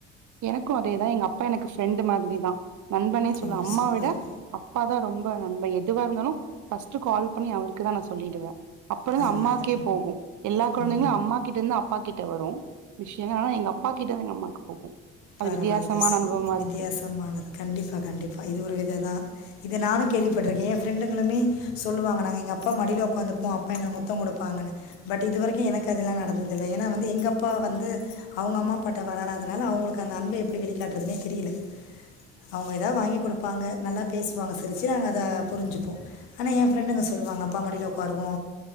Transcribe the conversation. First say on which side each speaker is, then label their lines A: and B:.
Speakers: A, on the right; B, on the left.
A: எனக்கு அதேதா எங்க அப்பா எனக்கு ஃப்ரெண்டு் மாதிரி தா நண்பனே சொல்வ
B: ஓ
A: அம்மா
B: சூப்பர்
A: விட அப்பாதா ரொம்ப நம்ப எதுவா இருந்தாலு ஃபஸ்ட்டு கால் பண்ணி அவுருக்கு தா நா சொல்லிடுவே அப்புறந்தா
B: பரவாயில்ல
A: அம்மாக்கே போகு எல்லா கொழந்தைங்களு
B: ம்
A: அம்மா கிட்ட இருந்து அப்பா கிட் கிட்டவரு விஷயன்னா எங்க அப்பா கிட்ட இருந்து எங் கம்மாக்கு போகு அது
B: பரவால்ல
A: வித்தியாசமான
B: இது சூ
A: அனுபவமா
B: வித்தியாசமானது
A: இருக்கு
B: கண்டிப்பா கண்டிப்பா இது ஒரு வித இதா இத நானு கேள்விப்பட்ருக்கே எ ஃப்ரெண்டுங்களுமே சொல்லுவாங்க நாங்க எங்க அப்பா மடியில உக்காந்துப்போ அப்பா எங்கள முத்த குடுப்பாங்கன்னு பட் இதுவரைக்கு எனக்கு அதெல்லா நடந்தது இல்ல ஏன்னா வந்து எங்க அப்பா வந்து அவுங்க அம்மா அப்பாட்ட வளராதுனால அவுங்களுக்கு அந்த அன்ப எப்படி வெளிக்காட்டுறதுனே தெரியல அவங்க எதாவது வாங்கி குடுப்பாங்க நல்லா பேசுவாங்க சிரிச்சு நாங்க அத புரிஞ்சுப்போ ஆனா எ ஃப்ரெண்டுங்க சொல்லுவாங்க அப்பா மடில உக்காருவோ